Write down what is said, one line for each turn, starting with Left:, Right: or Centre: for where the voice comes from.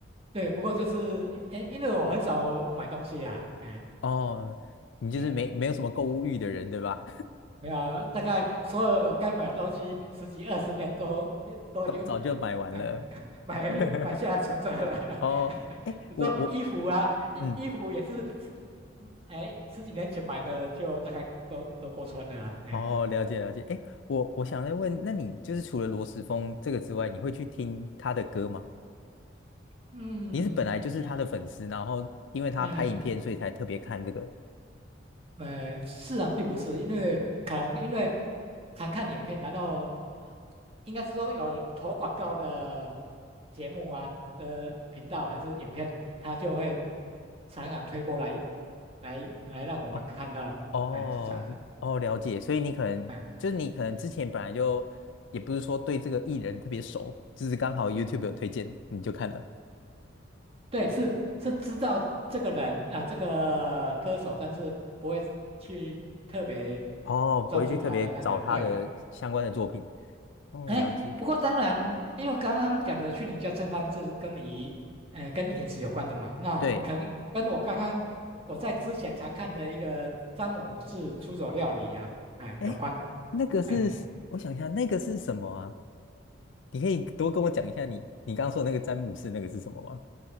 Right: 对，不过就是哎，因为我很少买东西啦，哎，
Left: 哦，你就是没没有什么购物欲的人，
Right: 对，
Left: 对吧？
Right: 没有，大概所有该买的东西十几二十年都都已经
Left: <laughs> 早早就买完了。
Right: 哎买买下来存着了，
Left: <laughs>
Right: <laughs>
Left: 哦，哎，
Right: 比如说衣服啊，
Left: 我我
Right: 衣衣服也是，
Left: 嗯，
Right: 哎，十几年前买的就大概都都过穿了啊，哎呀，
Left: 哦，了解了解。哎，我我想再问，那你就是除了罗时丰这个之外，你会去听他的歌吗？
Right: 嗯，
Left: 你是本来就是他的粉丝，
Right: 比。
Left: 然后因为他拍影片，
Right: 嗯，
Left: 所以才特别看这个。
Right: 呃，是啊，并不是，因为可能因为常看影片，然后应该是说有投广告的节目啊的频道还是影片，他就会常常推播来来来让我们看到，
Left: 哦哦哦，
Right: 哎，是这样子，
Left: 了解。所以你可能就是你可能之前本来就也不是说对这个艺人特别熟，
Right: 哎，
Left: 就是刚好 YouTube 有推荐你就看了。
Right: 对，是是知道这个人啊，这个歌手，但是不会去特别
Left: 哦，不会去特别找他的相关的作品。
Right: 专注他的那个，对。
Left: 哦，
Right: 哎，
Left: 了解。
Right: 不过当然，因为刚刚讲的去你家蹭饭是跟你，哎，跟饮食有关的嘛，那可能跟我刚刚我在之前常看的一个詹姆士出走料理呀、
Left: 对，
Right: 哎，
Left: 哎，
Right: 有关。
Left: 那个是我想一下，
Right: 哎
Left: 那个是什么啊？你可以多跟我讲一下你你刚刚说的那个詹姆士那个是什么吗？